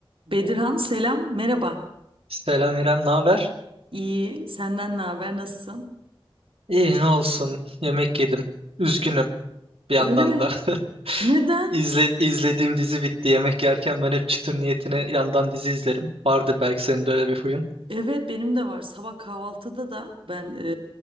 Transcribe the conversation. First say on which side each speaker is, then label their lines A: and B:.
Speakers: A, on the right; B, on the right.
A: Bedirhan selam, merhaba.
B: Selam İrem, ne haber?
A: İyi, senden ne haber, nasılsın?
B: İyi ne olsun. Yemek yedim. Üzgünüm bir yandan
A: Öyle mi?
B: da. <laughs>
A: Neden?
B: İzle, izlediğim dizi bitti. Yemek yerken ben hep çıtır niyetine yandan dizi izlerim. Vardır belki senin de öyle bir huyun.
A: Evet benim de var. Sabah kahvaltıda da ben e,